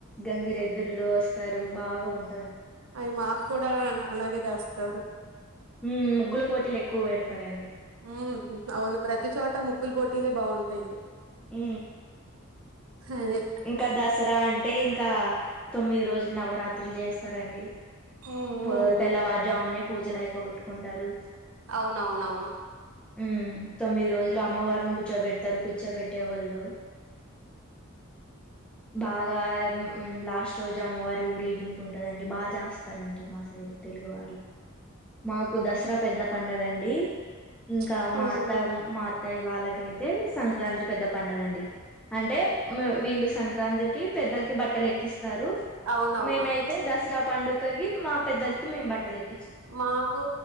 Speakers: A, in the centre; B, on the right.
A: గంగురెద్దులు వస్తారు బాగా ఉన్
B: అయి మాకు కూడా అలాగే దాస్ తరు
A: ఉ ముగ్గుల పోటీలు ఎక్కువ పెడతారండి
B: హ్మ్ అవును ప్రతి చోట ముగ్గులు పోటీలే బాగుంటాయి
A: ఉ
B: అదే
A: ఇంకా దసరా అంటే ఇంకా తొమ్మిది రోజులు నవరాత్రులు చేస్తారండి
B: హ్మ్
A: పో
B: హ్మ్
A: తెల్లవారుజామునే పూజలైప్ పోగొట్టుకుంటారు
B: అవునవునవును
A: ఉమ్ తొమ్మిది రోజులు అమ్మవారిని కూర్చోబెడతారు కూర్చోబెట్టేవాళ్ళు బాగా లాస్ట్ రోజు అమ్మవారి ఊరేగింపు ఉంటందండి బాగా చేస్తారండి మా సైడ్ తెలుగు వాళ్ళు మాకు దసరా పెద్ద పండగ అండి ఈ ఇంకా
B: హ్మ్
A: మా అత్త మాత్ అత్తయ్య వాళ్ళకైతే సంక్రాంతి పెద్ద పండుగండి అంటే వీళ్ళు సంక్రాంతికి పెద్దలకి బట్టలు లెక్కిస్ స్థారు
B: అవునవును
A: మేమైతే దసరా పండుగ్ మా పెద్దలకి మేం బట్టల ఎక్క
B: మాకు